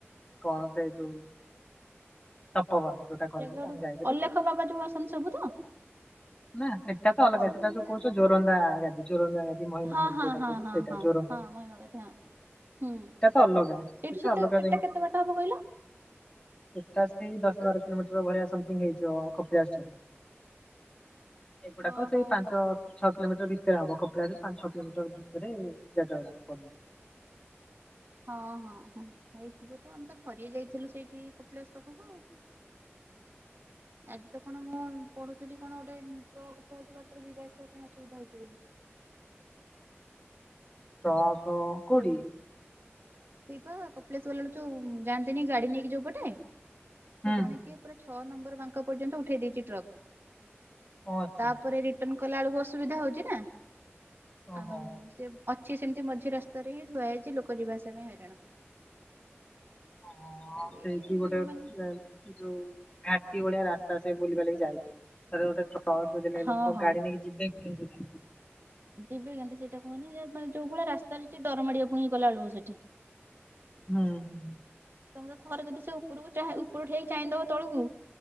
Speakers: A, on the left; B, on the right.
A: କଣ ସେ ଯୋଉ ତପୋବନ ଯୋଉଟା କହିଲି।
B: ଠୁ
A: ଆମେ ଯାଇଥିଲୁ
B: ଅଲେଖ ବାବା ଯୋଉ ଆସନ୍ତି ସବୁ ତ।
A: ନା ସେଟା ତ ଅଲଗା
B: ଆସନ୍ତିନି
A: ସେଟା ଯୋଉ
B: ଯେ
A: କହୁଛ ଜୋରନ୍ଦା ଗାଦି ଜୋରନ୍ଦା ଗାଦି ମହିମା
B: ହଁ
A: ଗାଦି
B: ହଁ
A: ଯୋଉଟା
B: ହଁ
A: କହୁଛ
B: ହଁ
A: ସେଇଟା
B: ହଁ
A: ଜୋର
B: ହଁ ମହିମା ଗାଦି ହଁ। ହୁଁ
A: ତ ଅଲଗା
B: ସେଇଠୁ ସେଟା
A: ଅଲଗା
B: ସେଟା କେତେ ବାଟ ହବ କହିଲ?
A: ସେଇଟା ସେଇ ଦଶ ବାର କିଲୋମିଟର ଭଳିଆ ସମଥିଙ୍ଗ ହେଇଯିବ କପିଳାସ ଠାରୁ। ଏଗୁଡାକ
B: ଓହୋ।
A: ସେଇ ପାଞ୍ଚ ଛଅ କିଲୋମିଟର ଭିତରେ ହବ, କପିଳାସ ପାଞ୍ଚଛଅ କିଲୋମିଟର ଭିତରେ ଜାଗା ଗୁଡାକୁ ପଡିବ।
B: ହଁ- ହଁ- ହଁ ହେଇଥିବତ ଆମେ ତ ଥରିଏ ଯାଇଥିଲୁ ସେଇଠି କପିଳାଶ ପାଖକୁ। ଆଜି ତ କଣ ମୁଁ ପଢୁଥିଲି କଣ ଗୋଟେ ଟ୍ରକ ଥୁଆ ହେଉଛି, ବାଟରେ ଯିବା ଆସିବା ପାଇଁ ଅସୁବିଧା ହଉଛି ବୋଲି।
A: ଟ୍ରକ କୋଉଠି?
B: ସେଇ ସେଇ ପା କପିଳାସ ଗଲା ବେଳକୁ ଯୋଉ ଯାଆନ୍ତିନି ଗାଡି ନେଇକି ଯୋଉ ପଟେ, ସେ
A: ହୁଁ।
B: ଜଣେ କିଏ ପୁରା ଛଅ ନମ୍ବର ବାଙ୍କ ପର୍ଯ୍ୟନ୍ତ ଉଠେଇ ଦେଇଛି ଟ୍ରକ୍,
A: ଓ ଆଚ୍ଛା
B: ତାପରେ ରି ଟନ୍ କଲା ବେଳକୁ ଅସୁବିଧା ହଉଛି ନା,
A: ଓହୋ
B: ଆଉ ସେ ଅଛି ସେମିତି ମଝି ରା ସ୍ତାରେ ହିଁ ଥୁଆହେଇଛି, ଲୋକ ଯିବାଆସିବା ପାଇଁ ହଇରାଣ।
A: ହଁ
B: ଖାଲି
A: ସେଇଠି ଗୋଟେ
B: ମାନେ
A: <unintelligible> ଯୋଉ ଘାଟି ଭଳିଆ ରାସ୍ତା ସେ ବୁଲିବାଲିକି ଯାଇଛି, ଥରେ ଗୋଟେ ଟ୍ର ଟ୍ରକ ଥୋଇଦେଲେ
B: ହଁ
A: ଲୋକ
B: ହଁ
A: ଗାଡି ନେଇକି ଯିବେ କେମିତି?
B: ଯିବେ କେମିତି? ସେଇଟା କୁହନି ଯେ ମାନେ ଯୋଉ ଭଳି ରାସ୍ତାରେ ହେଇଚି, ଡର ମାଡ଼ିବ ପୁଣି ଗଲା ବେଳକୁ ସେଠି।
A: ହୁଁ। ହୁଁ।
B: ତମେ ତ ଥରେ ଯଦି ସେ ଉପରକୁ ଚାଁହିଁ ଉପରୁ ଠିଆ ହେଇକି ଚାହିଁଦବ ତଳୁକୁ